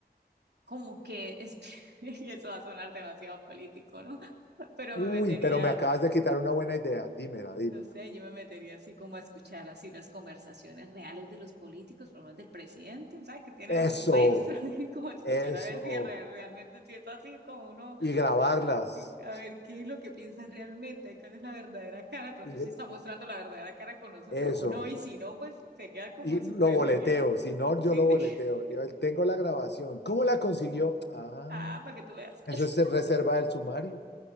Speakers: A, on the right; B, on the left.
A: Como que, esp- <laughs> y eso va a sonar demasiado político, ¿no? <laughs> Pero
B: Uy,
A: me metería,
B: pero me acabas de quitar una buena idea. Dímela, dímela.
A: no sé, yo me metería así como a escuchar así las conversaciones reales de los políticos, por lo menos del presidente, ¿sabes? Que tienen
B: Eso,
A: muestras, <laughs> como escuchar
B: eso.
A: a ver si es re- realmente si es así como uno
B: Y grabarlas.
A: eh, A ver, ¿qué es lo que piensas realmente? ¿Cuál es la verdadera cara? Pero
B: Y
A: tú
B: gr-
A: sí está mostrando la verdadera cara con nosotros
B: eso.
A: o no, y si no, pues sería como
B: Y lo
A: súper
B: boleteo,
A: genial.
B: si no,
A: Sí.
B: yo lo boleteo.
A: <laughs>
B: Yo tengo la grabación. ¿Cómo la consiguió? Ah,
A: Ah, para que tú veas. <laughs>
B: eso es reserva del sumario.